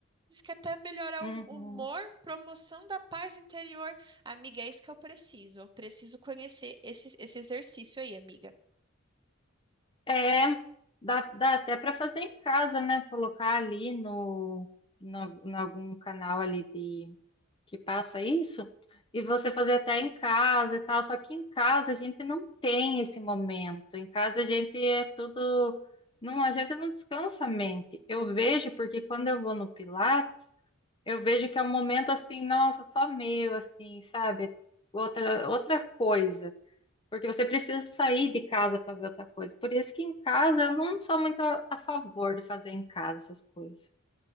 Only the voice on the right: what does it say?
Diz que até melhora
o humor, promoção da paz interior. Amiga, é isso que eu preciso. Eu preciso conhecer esse, esse exercício aí, amiga.